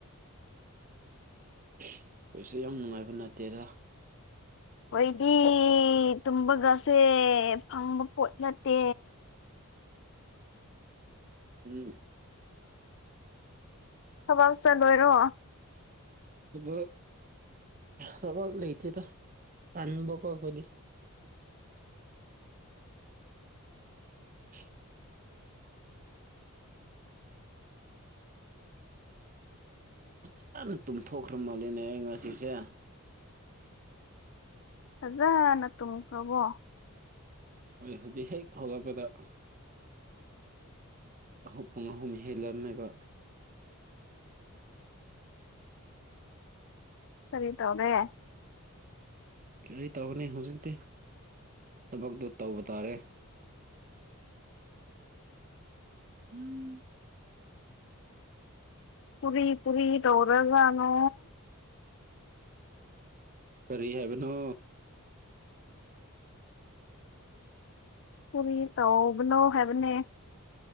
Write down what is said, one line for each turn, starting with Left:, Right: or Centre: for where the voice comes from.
Right: ꯑꯩꯈꯣꯏꯁꯨꯦ ꯌꯥꯝ ꯅꯨꯡꯉꯥꯏꯕ ꯅꯥꯇꯦꯗ
Left: ꯍꯣꯏꯗꯤ ꯇꯨꯝꯕꯒꯁꯦ ꯐꯪꯕ ꯄꯣꯠ ꯅꯠꯇꯦ
Right: ꯎꯝꯝ
Left: ꯊꯕꯛ ꯆꯠꯂꯣꯏꯔꯣ
Right: ꯊꯕ ꯊꯕꯛ ꯂꯩꯇꯦꯗ ꯇꯕ ꯈꯣꯠꯛꯄꯗꯤ <inaudible> ꯐꯖꯅ ꯇꯨꯝꯊꯣꯛꯈ꯭ꯔ ꯃꯥꯜꯂꯤꯅꯦ ꯑꯩ ꯉꯁꯤꯁꯦ
Left: ꯐꯖꯅ ꯇꯨꯝꯈ꯭ꯔꯕꯣ
Right: ꯍꯣꯏ ꯍꯧꯖꯤꯛ ꯍꯦꯛ ꯍꯧꯒꯠꯄꯗ ꯑꯍ ꯄꯨꯡ ꯑꯍꯨꯝ ꯍꯦꯜꯂꯝꯃꯦꯕ
Left: ꯁꯔꯤ ꯇꯧꯔꯦ
Right: ꯌꯥꯔꯤ ꯇꯧꯒꯅꯤ ꯍꯧꯖꯤꯛꯇꯤ ꯊꯕꯛꯇꯨ ꯇꯧꯕ ꯇꯥꯔꯦ ꯎꯝ
Left: ꯄꯨꯔꯤ ꯄꯨꯔꯤ ꯇꯧꯔꯖꯥꯅꯣ
Right: ꯀꯔꯤ ꯍꯥꯏꯕꯅꯣ
Left: ꯇꯕꯤ ꯇꯧꯕꯅꯣ ꯍꯥꯏꯦꯕꯅꯦ